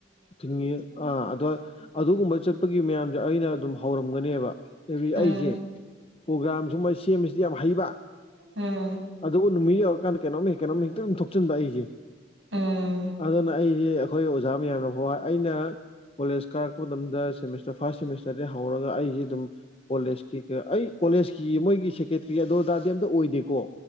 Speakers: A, on the left; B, on the right.
A: ꯊꯤꯡꯉꯤ ꯑꯥ ꯑ ꯑꯗꯨꯒꯨꯝꯕ ꯆꯠꯄꯒꯤ ꯃꯌꯥꯝꯁꯦ ꯑꯩꯅ ꯑꯗꯨꯝ ꯍꯧꯔꯝꯒꯅꯦꯕ
B: ꯎꯝ
A: ꯑꯩꯁꯦ ꯄ꯭ꯔꯣꯒ꯭ꯔꯥꯝ ꯁꯨꯝꯕ ꯁꯦꯝꯕꯁꯤꯗꯤ ꯌꯥꯝ ꯍꯩꯕ
B: ꯎꯝ
A: ꯑꯗꯨꯕꯨ ꯅꯨꯃꯤꯠ ꯌꯧꯔꯀꯥꯟꯗ ꯀꯩꯅꯣꯝ ꯀꯩꯅꯣꯝ ꯍꯦꯛꯇ ꯑꯗꯨꯝ ꯊꯣꯛꯆꯟꯕ ꯑꯩꯁꯦ
B: ꯎꯝ
A: ꯑꯗꯨꯅ ꯑꯩ ꯑꯩ ꯑꯩꯈꯣꯏ ꯑꯣꯖꯥ ꯃꯌꯥꯝꯅ ꯍ ꯑꯩꯅ ꯀꯣꯂꯦꯖ ꯀꯥꯔꯛꯄ ꯃꯇꯝꯗ ꯁꯦꯃꯤꯁꯇꯔ ꯐꯥꯔꯁ ꯁꯦꯃꯤꯁꯇꯔꯗꯤ ꯍꯧꯔꯒ ꯑꯩꯁꯦ ꯑꯗꯨꯝ ꯀꯣꯂꯦꯖꯀꯤ ꯑꯩ ꯀꯣꯂꯦꯖꯀꯤ ꯃꯣꯏꯒꯤ ꯁꯦꯀ꯭ꯔꯦꯇ꯭ꯔꯤ ꯑꯗꯣ ꯗꯥꯔꯗꯤ ꯑꯝꯇ ꯑꯣꯏꯗꯦꯀꯣ